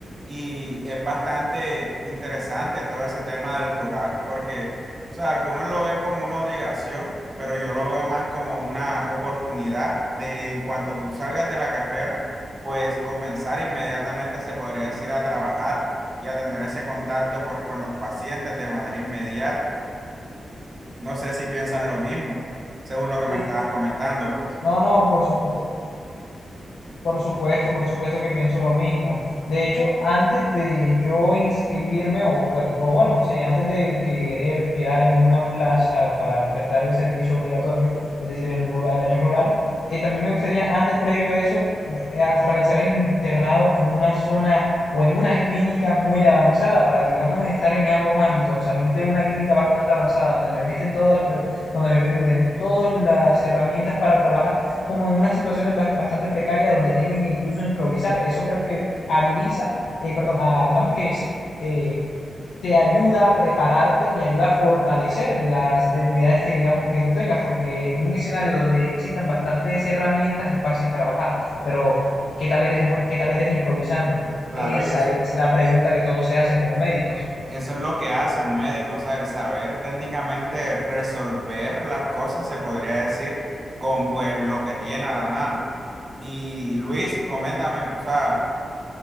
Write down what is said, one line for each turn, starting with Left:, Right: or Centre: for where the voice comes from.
Right: Y es bastante interesante todo ese tema del rural, porque o sea, algunos lo ven como una obligación, pero yo lo veo más como una oportunidad de en cuanto tú salgas de la carrera, pues comenzar inmediatamente, se podría decir, a trabajar y a tener ese contacto pues con los pacientes de manera inmediata. No sé si piensas lo mismo, según lo que me
Left: Sí.
Right: estabas comentando, pues.
Left: No, no, por supuesto. Por supuesto, por supuesto que pienso lo mismo. De hecho, antes de yo inscribirme, o, per- o bueno, sí, antes de querer quedar en una plaza para prestar el servicio obligatorio, es decir, el rural, el año rural, eh, también me gustaría, antes, previo a eso, eh, as- realizar mi internado en una zona o en una clínica muy avanzada para, digamos, estar en ambos ámbitos, salir de una clínica bastante avanzada donde me brinden todas las, pre- donde me brinden todas las herramientas para trabajar como en unas situaciones bas- bastante precarias donde tenga que incluso improvisar. Eso creo que habiliza, eh, perdón, a- digamos que sí, eh, te ayuda a prepararte y ayuda a fortalecer las debilidades que digamos que tú tengas, porque en un escenario donde existan bastantes herramientas es fácil trabajar, pero ¿qué tal eres, bu- qué tal eres improvisando?
Right: Claro,
Left: Esa
Right: y ese
Left: es la pregunta que todos se hacen como médicos.
Right: Eso es lo que hace un médico, o sea, el saber técnicamente resolver las cosas, se podría decir, con pues lo que tiene a la mano. Y Luis, coméntame, o sea,